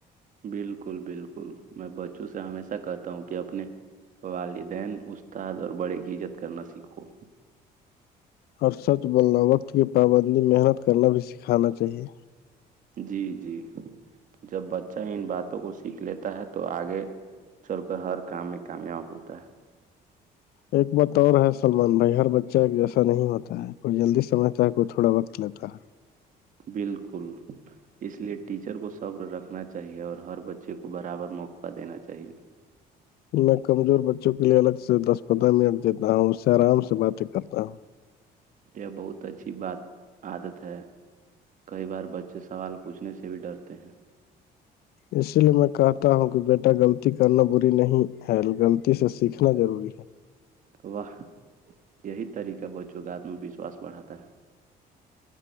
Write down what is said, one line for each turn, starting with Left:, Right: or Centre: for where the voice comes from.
Right: بالکل بالکل میں بچوں سے ہمیشہ کہتا ہوں کہ اپنے والدین استاد اور بڑے کی عزت کرنا سیک ہو
Left: اور سچ بولنا وقت کی پابندی محنت کرنا بھی سکھانا چاہیے
Right: جی جی جب بچہ ان باتوں کو سیکھ لیتا ہے تو آگے چل کر ہر کام میں کامیاب ہوتا ہے
Left: ایک بات اور ہے سلمان بھائی ہر بچہ ایک جیسا نہیں ہوتا ہے کوئی جلدی سمجھتا ہے کوئی تھوڑا وقت لیتا ہے
Right: بالکل اس لیے ٹیچر کو صبر رکھنا چاہیے اور ہر بچے کو برابر موقع دینا چاہیے
Left: میں کمزور بچوں کے لیے الگ سے دس پدہ مت دیتا ہوں اس سے آرام سے باتیں کرتا ہوں
Right: یہ بہت اچھی بات عادت ہے کئی بار بچے سوال پوچھنے سے بھی ڈرتے ہیں
Left: اسی لیے میں کہتا ہوں کہ بیٹا غلطی کرنا بری نہیں ہے غلطی سے سیکھنا ضروری ہے
Right: تو وہ یہی طریقہ بچوں کا آتم وشواس بڑھاتا ہے